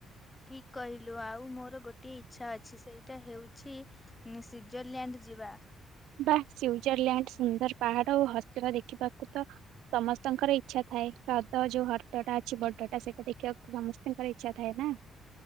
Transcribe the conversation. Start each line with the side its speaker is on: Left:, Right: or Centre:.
Left: ଠିକ କହିଲୁ ଆଉ ମୋର ଗୋଟେ ଇଚ୍ଛା ଅଛି ସେଇଟା ହେଉଛି ସ୍ଵିଜରଲ୍ୟାଣ୍ଡ ଯିବା।
Right: ବା ସ୍ଵିଜରଲ୍ୟାଣ୍ଡ ସୁନ୍ଦର ପାହାଡ ଓ ହସର ଦେଖିବାକୁ ତ ସମସ୍ତଙ୍କର ଇଚ୍ଛା ଥାଏ ହ୍ରଦ ଯୋଉ ହ୍ରଦଟା ଅଛି ବଡଟା ସେଇଟା ଦେଖିବାକୁ ସମସ୍ତଙ୍କର ଇଚ୍ଛା ଥାଏ ନା।